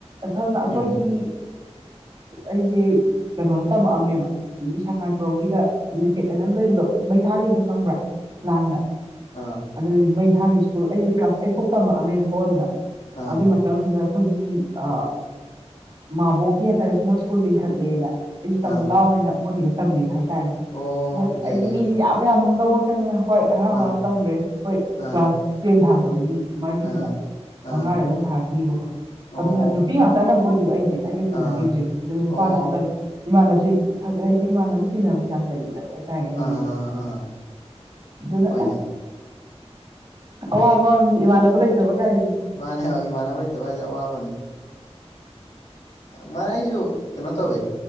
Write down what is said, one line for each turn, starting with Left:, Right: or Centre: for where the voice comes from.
Right: ꯁꯝꯅ ꯑꯩꯈꯣꯏꯒꯤ
Left: ꯎꯝ
Right: ꯑꯩꯁꯦ ꯀꯩꯅꯣꯗ ꯇꯝꯃꯛꯑꯝꯃꯦꯕ ꯑꯁꯤꯒꯤ ꯁꯉꯥꯏꯄ꯭ꯔꯧꯒꯤꯗ ꯂꯤꯐꯦꯠ ꯍꯥꯏꯅ ꯑꯃ ꯂꯩꯕꯗꯣ ꯃꯩ ꯊꯥꯈꯤꯕ ꯑꯇ ꯈꯪꯕ꯭ꯔꯥ ꯂꯥꯟꯗ
Left: ꯑ
Right: ꯑꯗꯨꯗꯤ ꯃꯩ ꯊꯥꯈꯤꯕ ꯁꯨꯜ ꯑꯩꯁꯦ ꯀ꯭ꯂꯥꯁ ꯑꯩꯠ ꯐꯥꯎ ꯇꯝꯃꯛꯑꯃꯦꯕꯀꯣ ꯑꯗꯨꯗ
Left: ꯑꯥ
Right: ꯑꯗꯨꯒꯤ ꯈꯤꯇꯪꯁꯤꯗ ꯑꯩꯈꯣꯏꯒꯤ ꯑ ꯃꯥꯕꯣꯛꯀꯤ ꯍꯥꯏꯇꯥꯔꯦ ꯃꯣꯏ ꯁ꯭ꯀꯨꯜ ꯂꯤꯡꯈꯠꯂꯦꯅ ꯑꯩꯁꯤꯦ ꯇꯝꯃꯨ
Left: ꯑꯥ
Right: ꯂꯥꯎꯑꯣꯅ ꯃꯣꯏꯒꯤꯗ ꯇꯝꯈꯤꯕ ꯍꯥꯏꯇꯥꯔꯦ
Left: ꯑꯣ
Right: ꯃꯣꯏꯅ ꯑꯩꯗꯤ
Left: ꯌꯥꯏ ꯌꯥꯏ
Right: ꯃꯤꯁꯤ
Left: ꯌꯥꯏ
Right: ꯌꯥꯝ ꯌꯥꯝ ꯑꯃ ꯂꯧꯔꯛꯇꯗꯅ ꯍꯣꯏ ꯍꯔꯥꯎ
Left: ꯑꯥ
Right: ꯍꯔꯥꯎ ꯇꯝꯈ꯭ꯔꯦ ꯑꯩꯈꯣꯏ
Left: ꯑꯥ
Right: ꯀ꯭ꯂꯥꯁ ꯇꯦꯟ ꯊꯥꯛꯄꯁꯦ ꯃꯤ ꯃꯔꯤꯗ
Left: ꯑꯥ
Right: ꯃꯉꯥꯗ
Left: ꯑꯥ
Right: ꯑꯗꯨꯝ ꯊꯥꯔꯛꯕꯀꯣ
Left: ꯑꯣ
Right: ꯑꯗꯨꯅ ꯅꯨꯄꯤ ꯉꯇ ꯇꯠꯅꯕ ꯑꯣꯏꯈꯤꯕ ꯑꯩꯁꯦ ꯑꯩꯁꯦ ꯇꯤꯟꯅꯈꯤꯕꯁꯦ
Left: ꯑꯥ
Right: ꯑꯗꯨꯒ ꯅꯨꯄꯥꯅ
Left: ꯑꯣ
Right: ꯑꯝꯇꯪ ꯏꯃꯥꯟꯅꯕꯁꯤ ꯍꯥꯏꯗꯤ ꯏꯃꯥꯟꯅꯕ ꯇꯤꯟꯅꯅꯕꯁꯨ ꯌꯥꯝꯅ ꯂꯩꯈꯤꯗꯕ ꯍꯥꯏꯗꯤ ꯇꯔꯦ ꯍꯥꯏꯗꯤ
Left: ꯑꯥ ꯑꯥ ꯑꯥ
Right: ꯑꯗꯨꯗ
Left: ꯍꯣꯏꯅꯦ
Right: ꯑꯋꯥꯕꯅꯤ ꯏꯃꯥꯟꯅꯕ ꯂꯩꯇꯕ ꯀꯥꯏ
Left: ꯏꯃꯥꯟꯅꯦ ꯏꯃꯥꯟꯅꯕ ꯂꯩꯇꯕ ꯍꯥꯏꯁꯦ ꯑꯋꯥꯕꯅꯤ ꯃꯥ ꯑꯩꯁꯨ ꯀꯩꯅꯣ ꯇꯧꯋꯦ